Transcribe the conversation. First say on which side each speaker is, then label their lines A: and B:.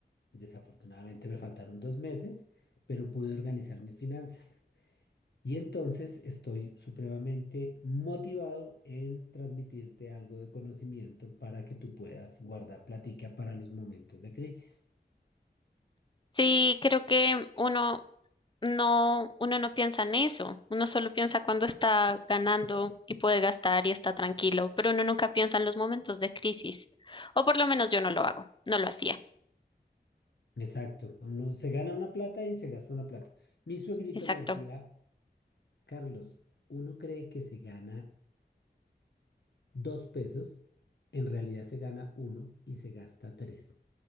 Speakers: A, on the left; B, on the left.
A: Desafortunadamente me faltaron dos meses, pero pude organizar mis finanzas. Y entonces estoy supremamente motivado en transmitirte algo de conocimiento para que tú puedas guardar platica para los momentos de crisis.
B: Sí, creo que uno no, uno no piensa en eso, uno solo piensa cuando está ganando y puede gastar y está tranquilo, pero uno nunca piensa en los momentos de crisis, o por lo menos yo no lo hago, no lo hacía,
A: Exacto, uno se gana una plata y se gasta una plata. Mi suegrito
B: exacto.
A: me decía Carlos, uno cree que se gana dos pesos, en realidad se gana uno y se gasta tres.